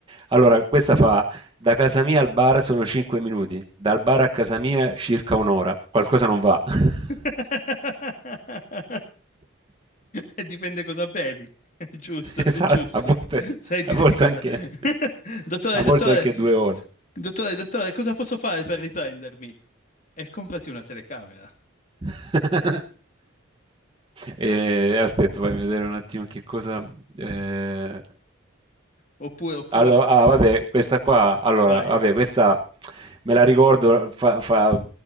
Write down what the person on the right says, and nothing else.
Allora, questa fa, da casa mia al bar sono 5 minuti, dal bar a casa mia circa un'ora, qualcosa non va. <laughs>
Esatto,
a volte,
a volte
anche,
a
volte anche due ore.
<laughs> E aspetta, fammi vedere un attimo che cosa. eh,
allo-
ah, vabbè, questa qua. Allora,
vabbè, questa me la ricordo. fa- fa-